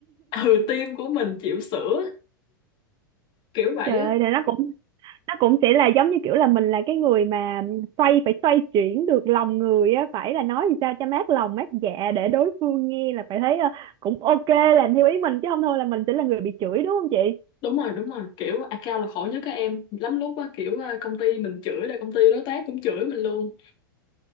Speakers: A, on the left; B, on the right.
A: ừ team của mình chịu sửa kiểu vậy
B: trời
A: á
B: ơi là nó cũng nó cũng sẽ là giống như kiểu là mình là cái người mà xoay phải xoay chuyển được lòng người á phải là nói gì sao cho mát lòng mát dạ để đối phương nghe là phải thấy ờ, cũng ok làm theo ý mình chứ không thôi là mình sẽ là người bị chửi đúng không chị
A: đúng rồi đúng rồi kiểu account là khổ nhất các em lắm lúc á kiểu ờ, công ty mình chửi rồi công ty đối tác cũng chửi mình luôn